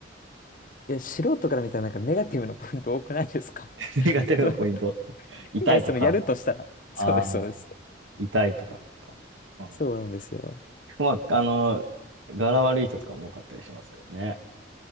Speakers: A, on the left; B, on the right.
A: いや、素人から見たらなんかネガティブなポイント多くないですか
B: <laughs> ネガティブなポイント。
A: <laughs> その
B: 痛いとか、
A: いや、その、やるとしたら。そうです、
B: ああ
A: そうです。
B: 痛いとかですか。ああ、
A: そうなんですよ。
B: まあ、あの、柄悪い人とかも多かったりしますけどね。